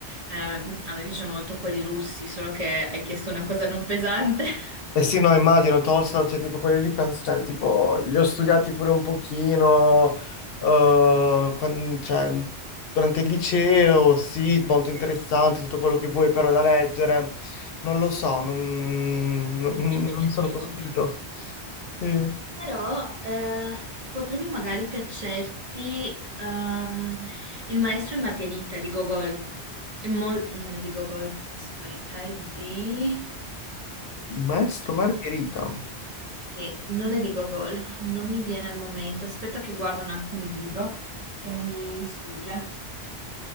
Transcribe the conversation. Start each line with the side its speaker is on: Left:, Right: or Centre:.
Right: Eh, a me piacciono molto quelli russi, solo che hai chiesto una cosa non pesante. <laughs>
Left: eh sì, no, immagino, Tolstoj, cioè, tipo, quelli lì, penso, cioè, tipo, li ho studiati pure un pochino, eh, quan- cioè, durante il liceo, sì, molto interessanti,
Right: Eh,
Left: tutto quello che vuoi, però da leggere, non lo so, non, non,
Right: È impegnativo.
Left: non sono convinto. Sì.
Right: Però eh, potrebbe magari piacerti ehm, Il maestro e Margherita di Gogol. È mol- non è di Gogol, aspetta, è di...
Left: Maestro Margherita,
Right: Sì, non è di Gogol, non mi viene al momento. Aspetta che guardo un attimo il libro perché mi, mi sfugge.